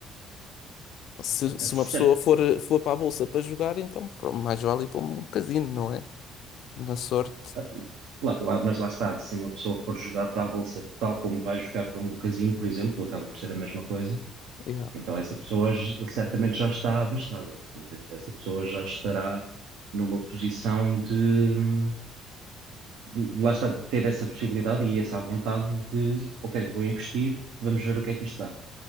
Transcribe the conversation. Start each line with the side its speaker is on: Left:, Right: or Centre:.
Left: Se, se
Right: Cer-
Left: uma pessoa for, for para a bolsa para jogar, então pronto, mais vale ir para um casino, não é? Na sorte,
Right: Ah, lá- lá- mas lá está, se uma pessoa for jogar para a bolsa tal como vai jogar para um casino, por exemplo, acaba por ser a mesma coisa,
Left: yeah.
Right: então essa pessoa j- certamente já está abastada. Portanto, essa pessoa já estará numa posição de, de- lá está, de ter essa possibilidade e essa vontade de, ok, vou investir, vamos ver o que é que isto dá.